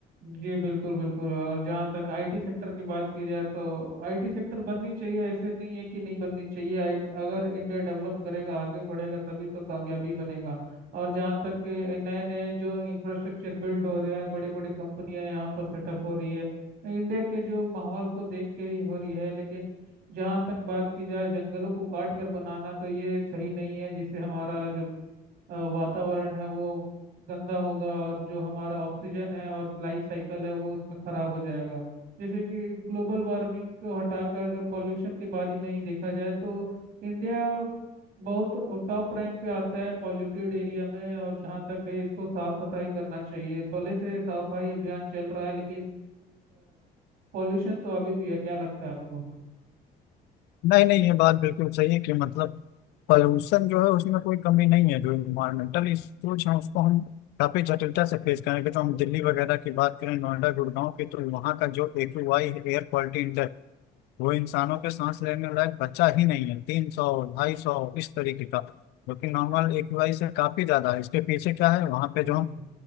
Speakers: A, on the right; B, on the left.
A: जी बिल्कुल बिल्कुल और जहाँ तक आईटी सेक्टर की बात की जाए तो आईटी सेक्टर बननी चाहिए ऐसे नहीं है कि नहीं बननी चाहिए आई अगर इंडिया डेवलप करेगा आगे बढ़ेगा तभी तो कामयाबी बनेगा और जहाँ तक के नए नए जो इंफ्रास्ट्रक्चर बिल्ड हो रहे हैं बड़ी बड़ी कंपनियां यहाँ पर सेटअप हो रही है इंडिया के जो माहौल को देख कर ही हो रही है लेकिन जहाँ तक बात की जाए जंगलों को काट कर बनाना तो ये सही नहीं है जिससे हमारा जो अ, वातावरण है वो गंदा होगा और जो हमारा ऑक्सीजन है और लाइफ साइकिल है वो इसमें खराब हो जाएगा जैसे कि ग्लोबल वार्मिंग को हटाकर अगर पॉल्यूशन के बारे में ही देखा जाए तो इंडिया बहुत टॉप रैंक पे आता है पॉल्यूटेड एरिया में और जहाँ तक है इसको साफ सफाई करना चाहिए भले से साफ सफाई अभियान चल रहा है लेकिन पॉल्यूशन तो अभी भी है क्या लगता है आपको
B: नहीं नहीं ये बात बिल्कुल सही है कि मतलब पॉल्यूशन जो है उसमें कोई कमी नहीं है जो इन्वायरमेंटल इश्यूज हैं उसको हम काफी जटिलता से फेस करेंगे जो हम दिल्ली वगैरह की बात करें नोएडा गुड़गांव की तो वहाँ का जो ए क्यू वाई एयर क्वालिटी वो इंसानों के सांस लेने लायक बच्चा ही नहीं है तीन सौ ढाई सौ इस तरीके का जो कि नॉर्मल एक वाई से काफी ज्यादा है इसके पीछे क्या है वहाँ पे
A: जी
B: जो हम
A: जी